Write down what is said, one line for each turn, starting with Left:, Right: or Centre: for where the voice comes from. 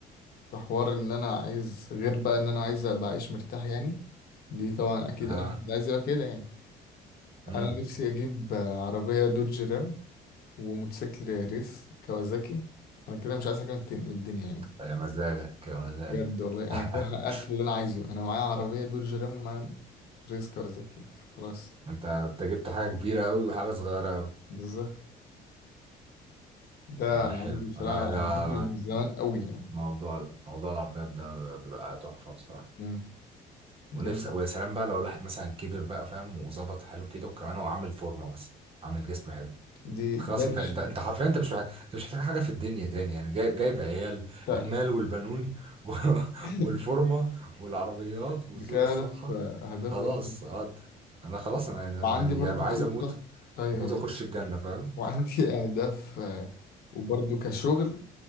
Left: في حوار ان انا عايز غير بقى ان انا عايز ابقى عايش مرتاح يعني دي طبعا اكيد
Right: اه
Left: اي حد عايز يبقى كده يعني
Right: امم
Left: انا نفسي اجيب آه، عربية دوج رام وموتوسيكل ريس كوازاكي انا كده مش عايز حاجه من الت- من الدنيا يعني
Right: يا مزاجك يا مزاجك
Left: بجد والله
Right: <laughs>
Left: انا كده حققت اللي انا عايزه انا معايا عربيه دول جيرام ومعايا ريس كوازاكي خلاص
Right: انت انت جبت حاجة كبيرة قوي وحاجة صغيرة قوي
Left: بالظبط ده
Right: آه
Left: عندي
Right: حلو
Left: بصراحه
Right: انا ده
Left: هدفي من زمان قوي يعني
Right: موضوع موضوع العربيات ده بيبقى تحفة بصراحة
Left: امم
Right: ونفسي
Left: جامد
Right: ويا سلام بقى لو الواحد مثلا كبر بقى فاهم وظبط حاله كده وكمان هو عامل فورمه مثلا عامل جسم حلو
Left: دي
Right: خلاص
Left: ده
Right: انت
Left: فيجن
Right: انت انت حرفيا انت مش محتاج انت مش محتاج حاجه في الدنيا تاني يعني جايب جايب عيال
Left: بتاع
Right: المال والبنون و... <laughs>
Left: <laughs>
Right: والفورمه والعربيات والزوجه
Left: دي كده
Right: الصالحه
Left: هدف اهداف
Right: خلاص
Left: جامد
Right: أد... انا خلاص انا انا
Left: وعندي
Right: أنا يبقى
Left: برضو
Right: عايز
Left: خطه
Right: اموت
Left: ايوه
Right: اموت واخش
Left: أيوة.
Right: الجنه فاهم
Left: وعندي <laughs> اهداف آه، وبرضو كشغل